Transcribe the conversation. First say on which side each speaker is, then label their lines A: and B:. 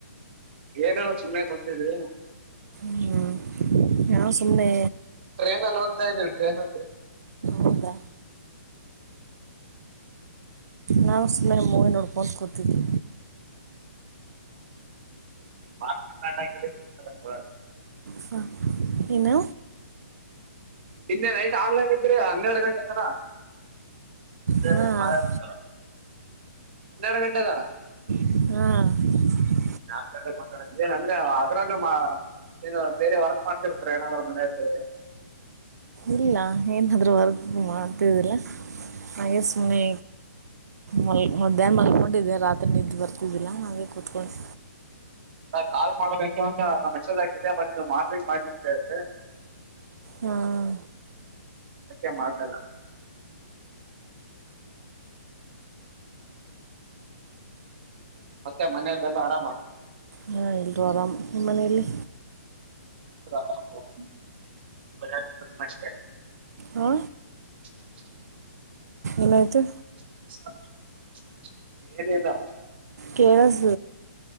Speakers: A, on the right; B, on the right.
A: <unintelligible> <unintelligible>
B: ಹ್ಮ ನಾವ ಸುಮ್ಮ್ನೆ
A: ಟ್ರೈನ್ ಅಲ್ಲಿ ಹೋಗ್ತಾ ಇದ್ವಿ ಟ್ರೈನ್ ಟ್ರೇ
B: ಹೌದಾ ನಾವು ಸುಮ್ನ ಮೂವಿ ನೋಡ್ಕೊಂತ ಕೂತಿದ್ದ
A: <unintelligible>
B: ಹಾ ಏನು
A: ನಿನ್ನೆ ನೈಟ್ ಆನ್ಲೈನ್ ಇದ್ರಿ ಹನ್ನೆರಡು ಗಂಟೆ ತನ <unintelligible>
B: ಹಾಂ
A: ಹನ್ನೆರಡು ಗಂಟೆದಾರ
B: ಹ್ಮ
A: ನಾನ್ ಏನಂದ್ರೆ ಅದ್ರಲ್ಲೂ ಏನು ಬೇರೆ ವರ್ಕ್ ಮಾಡುತ್ತಿರುತ್ತಾರೆ ಏನಾದ್ರೂ ಮನೆಯಲ್ಲಿ
B: ಇಲ್ಲ ಏನಾದ್ರೂ ವರ್ಕ್ ಮಾಡ್ತದಿಲ್ಲ ಹಾಗೆ ಸುಮ್ಮನೆ ಮಲ್ ಮಧ್ಯಾಹ್ನ ಮಲ್ಕೊಂಡಿದ್ದೆ ರಾತ್ರಿ ನಿದ್ದೆ ಬರ್ತಿದ್ದಿಲ್ಲ ಹಾಗೇ ಕೂತ್ಕೊಂಡು
A: ನಾ ಕಾಲ್ ಮಾಡ್ಬೇಕು ಅಂತ ನಾ ಮೆಸೇಜ್ ಹಾಕಿದ್ಯಾ ಬಟ್ ನೀವು ಮಾರ್ನಿಂಗ್ ಮಾಡ್ರಿ ಅಂತ ಹೇಳಿದ್ರಿ
B: ಹಾಂ
A: ಅದ್ಕೆ ಮಾಡಲಿಲ್ಲ ಮತ್ತೆ ಮನೆಯಲೆಲ್ಲ ಆರಾಮ
B: ಹಾ ಎಲ್ರೂ ಆರಾಮ್ ನಿಮ್ಮ ಮನೆಯಲ್ಲಿ
A: <unintelligible> <unintelligible>
B: ಹಾ
A: <unintelligible>
B: ಏನಾಯಿತು
A: ಏನಿಲ್ಲ
B: ಕೇಳಸ